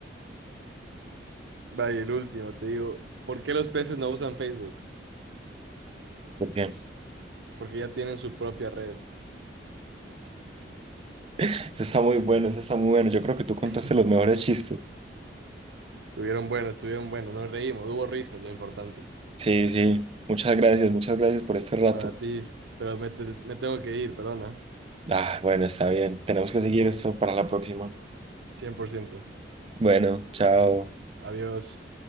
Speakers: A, on the right (about 85°); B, on the right (about 35°).
A: Vaya, el último, te digo, ¿por qué los peces no usan Facebook?
B: ¿Por qué?
A: Porque ya tienen su propia red.
B: Eso está muy bueno, eso está muy bueno. Yo creo que
A: <laughs>
B: tú contaste los mejores chistes.
A: Estuvieron buenos, estuvieron buenos, nos reímos, hubo risas, lo importante.
B: Sí, sí. Muchas gracias, muchas gracias por este rato.
A: Nada, a ti, pero me, te- me tengo que ir, perdona,
B: Ah, bueno, está bien. Tenemos que seguir esto para la próxima.
A: 100%.
B: Bueno, chao.
A: Adiós.